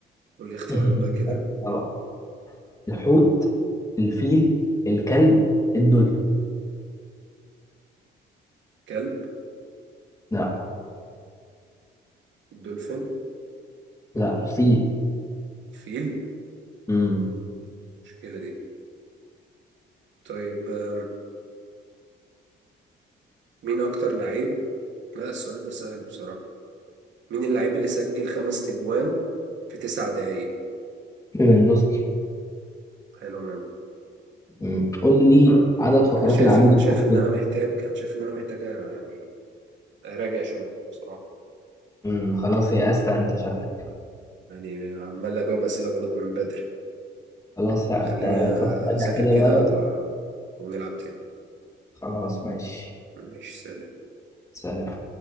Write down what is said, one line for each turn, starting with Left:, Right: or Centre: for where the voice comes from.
Right: قول لي اختيارات
Left: <laughs>
Right: بقى كده
Left: طبعا الحوت الفيل الكلب الدولفين
Right: كلب
Left: لا
Right: دولفين
Left: لا الفيل
Right: فيل
Left: امم
Right: المشكلة دي طيب آه، مين أكتر لعيب لا السؤال ده سهل بصراحة مين اللعيب اللي سجل خمس تجوان في تسع دقايق
Left: ليفاندوسكي
Right: حلو منه
Left: امم قول لي عدد فقرات
Right: أنا شايف
Left: العمود
Right: إن أنا
Left: الفقري
Right: شايف إن أنا محتاج أنا شايف إن أنا محتاج يعني أراجع شوية بصراحة
Left: امم خلاص يأست انت شكلك
Right: يعني عمال أجاوب أسئلة غلط من بدري
Left: خلاص لا
Right: خليني
Left: انت تروح تراجع
Right: أذاكر
Left: كده
Right: كده
Left: بقى
Right: و... ونلعب تاني
Left: خلاص ماشي
Right: ماشي سلام
Left: سلام